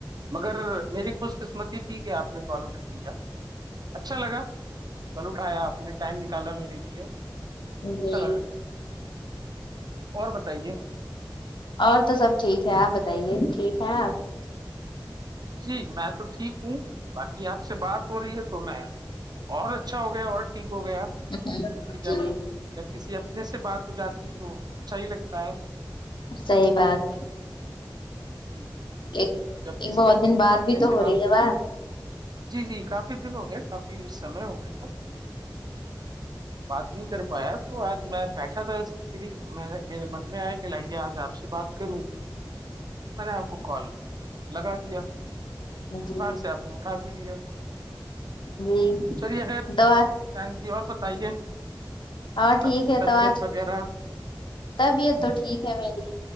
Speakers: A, on the right; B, on the left.
A: مگر میری خوش قسمتی تھی کہ آپ نے کال اٹھا لیا اچھا لگا کل اٹھایا آپ نے ٹائم نکالا میرے لیے
B: جی
A: چل گا اور بتائیے
B: اور تو سب ٹھیک ہے آپ بتائیے ٹھیک ہے آپ
A: جی میں تو ٹھیک ہوں باقی آپ سے بات ہو رہی ہے تو میں اور اچھا ہو گیا اور ٹھیک ہو گیا کیونکہ
B: جی
A: جب جب کسی اب اتنے سے بات ہو جاتی ہے تو اچھا ہی لگتا ہے
B: صحیح بات
A: جی
B: ایک
A: جب
B: ایک
A: کسی
B: بہت
A: اپنے
B: دن بعد بھی تو
A: سے
B: ہو رہی ہے بات
A: جی جی کافی دن ہو گئے کافی سمے ہو گیا اب بات نہیں کر پایا تو آج میں بیٹھا تھا اس میں فری تو میں میرے من میں آیا کہ لائیے آج آپ سے بات کروں میں نے آپ کو کال لگا دیاق
B: جی
A: سے آپ نے اٹھا بھی لیا
B: جی
A: چلیے خیر
B: تو
A: ر جی اور بتائیے
B: اور ٹھیک
A: اپنی
B: ہے
A: طبیعت
B: تو آج
A: وغیرہ
B: طبیعت تو ٹھیک ہے میری